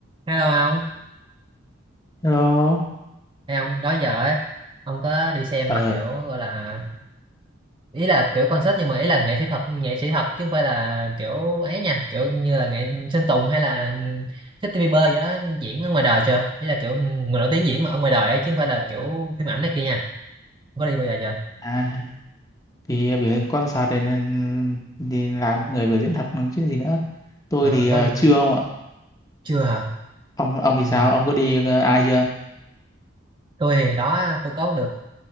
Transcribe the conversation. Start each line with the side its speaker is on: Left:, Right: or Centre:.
Right: Hello ông,
Left: Hello.
Right: hay ông đó giờ ấy, ông có đi xem
Left: Ờ,
Right: mà kiểu gọi là ý là kiểu concert nhưng mà ý là nghệ sĩ thật, nghệ sĩ thật chứ không phải là kiểu ấy nha, kiểu như là nghệ Sơn Tùng hay là Justin Bieber vậy đó diễn ở ngoài đời chưa? Ý là kiểu người nổi tiếng diễn mà ở ngoài đời ấy chứ không phải là kiểu phim ảnh này kia nha. Ông Có đi bao giờ chưa?
Left: à, thì biểu diễn quan sát này nên đi làm người biểu diễn thật còn chứ gì nữa. Tôi
Right: Ờ,
Left: thì ờ,
Right: có đi
Left: chưa ông ạ.
Right: chưa hả?
Left: Ông ông thì
Right: Ừ.
Left: sao? Ông có đi ờ, ai chưa?
Right: Tôi thì đó tôi có được